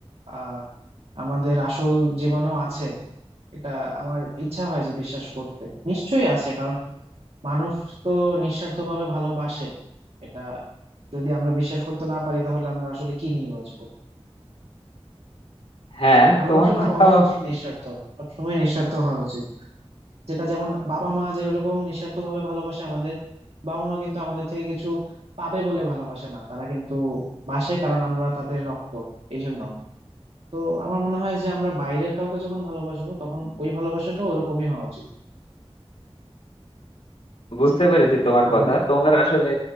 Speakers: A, on the right (about 70°); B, on the left (about 65°).
A: আহ আমাদের আসল জীবনেও আছে এটা আমার ইচ্ছা হয় যে বিশ্বাস করতে নিশ্চয়ই আছে কারণ মানুষ তো নিঃস্বার্থভাবে ভালোবাসে এটা যদি আমরা বিশ্বাস করতে না পারি তাহলে আমরা আসলে কি নিয়ে বাঁচবো
B: হ্যাঁ
A: ভালোবাসাটা
B: তোমার কথা
A: হওয়াই উচিত নিঃস্বার্থ সবসময় নিঃস্বার্থ হওয়া উচিত যেটা যেমন বাবা মা যেরকম নিঃস্বার্থ ভাবে ভালোবাসে আমাদের বাবা মা কিন্তু আমাদের থেকে কিছু পাবে বলে ভালোবাসে না তারা কিন্তু বাসে কারণ আমরা তাদের রক্ত এই জন্য তো আমার মনে হয় যে আমরা বাইরের কাউকে যখন ভালোবাসবো তখন ওই ভালোবাসাটা ওরকমই হওয়া উচিত
B: বুঝতে পেরেছি তোমার
A: আমরা
B: কথা তোমার আসলে